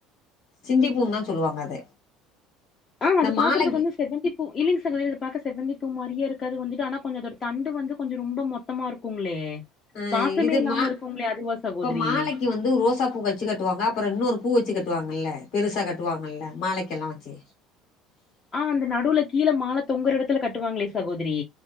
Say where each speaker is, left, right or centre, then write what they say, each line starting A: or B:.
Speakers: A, on the left (about 60°); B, on the left (about 30°).
A: சிண்டிப்பூன்னு
B: மஞ்ச
A: தா சொல்லுவாங்க அத
B: ஆ
A: இந்த
B: அது
A: மாலைக்கு
B: பாக்குறதுக்கு வந்து செவந்தி பூ இலிங் சகோதரி பார்க செவந்தி பூ மாரியே இருக்கு இருது வந்துட்டு ஆனா கொஞ்சம் அதோட தண்டு வந்து கொஞ்சம் ரொம்ப மொத்தமா இருக்குங்களே
A: ஆ
B: வாசமே
A: இது
B: இல்லாம
A: மா
B: இருக்குங்களே அதுவா சகோதரி
A: இப்ப மாலைக்கு வந்து ரோசா பூ வச்சு கட்டுவாங்க அப்பறம் இன்னொரு பூ வச்சு கட் கட்டுவாங்கல்ல பெருசா கட்டுவாங்கல்ல மாலைக்கு எல்லாம் வச்சு
B: ஆ அந்த நடுவுல கீழ மால தொங்கற இடத்துல கட்டுவாங்களே சகோதரி